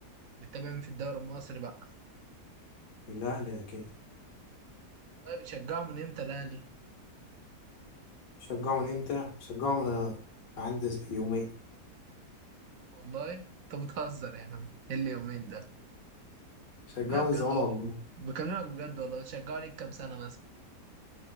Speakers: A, on the right (about 70°); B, on the left (about 60°).
A: بتتابع مين في الدوري المصري بقى
B: الأهلي أكيد
A: والله بتشجعه من امتى الاهلي
B: شجعه من إمتى؟ شجعه من عندي يومين
A: والله انت بتهزر يا عم ايه اليومين ده
B: شجعه
A: لا بجد
B: من زمان
A: والله
B: والله
A: بكلمك بجد والله بتشجعه ليك كام سنه مثلا